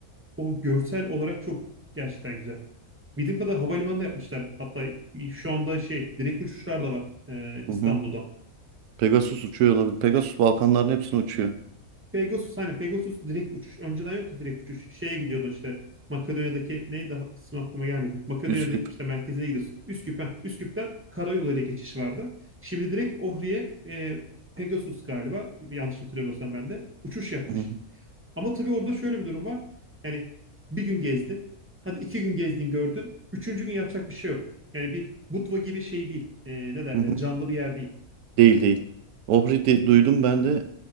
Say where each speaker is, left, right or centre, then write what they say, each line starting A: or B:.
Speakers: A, on the right (about 20°); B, on the right (about 85°).
A: o görsel olarak çok gerçekten güzel. Bildiğim kadar havalimanı da yapmışlar. Hatta şu anda şey direkt uçuşlar da var e,
B: Hı
A: İstanbul'dan.
B: hı. Pegasus uçuyor olabilir. Pegasus Balkanların hepsini uçuyor.
A: Pegasus hani Pegasus direkt uçuş önceden yoktu direkt uçuş. Şeye gidiyordu işte Makedonya'daki neydi ha- ismi aklıma gelmedi. Makedonya'nın
B: Üsküp.
A: işte merkezine gidiyorsun. Üsküp, ha. Üsküp'ten karayoluyla geçiş vardı. Şimdi direkt Ohri'ye e, Pegasus galiba yanlış hatırlamıyorsam ben de uçuş yapmış.
B: Hı hı,
A: Ama tabii orada şöyle bir durum var. Yani bir gün gezdin. Hadi iki gün gezdin gördün. Üçüncü gün yapacak bir şey yok. Yani bir Budva gibi şey değil. E, ne derler
B: hı hı.
A: canlı bir yer değil.
B: Değil değil. Ohri de- duydum ben de